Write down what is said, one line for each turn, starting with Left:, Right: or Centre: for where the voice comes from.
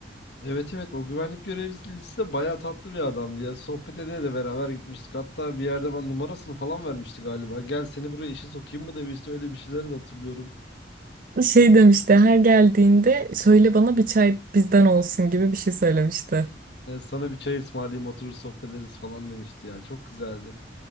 Left: Evet evet o güvenlik görevlisi de bayağı tatlı bir adamdı ya. Sohbet ede de beraber gitmiştik. Hatta bir yerde ben numarasını falan vermişti galiba. Gel seni buraya işe sokayım mı demişti. Öyle bir şeyleri de hatırlıyorum.
Right: Şey demişti her geldiğinde söyle bana bir çay bizden olsun gibi bir şey söylemişti.
Left: Yani sana bir çay ısmarlayayım oturur sohbet ederiz falan demişti ya. Çok güzeldi.